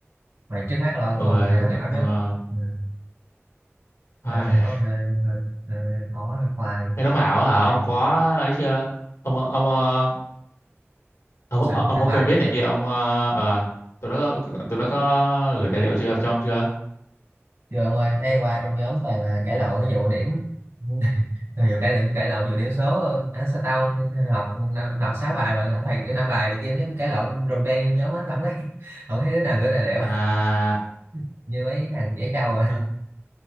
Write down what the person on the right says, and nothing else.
mày trước mắt lo đúng
không hệ thống ảo
trước ừ.
hệ thống ảo hơi, hơi, hơi khó hơi khoai
khoai tay
soạn
soạn
bài
hay
sao
chưa ông ơi hay qua trong nhóm toàn là cãi lộn ví dụ điểm <laughs> nhiều cái điểm cãi lộn vừa điểm số à, sao tao học năm- học sáu bài mà ông thầy cái năm bài này kia nó cãi lộn rùm beng trong nhóm hết không thấy <laughs> không thấy đứa nào gửi tài liệu
<laughs> như mấy thằng dễ trâu à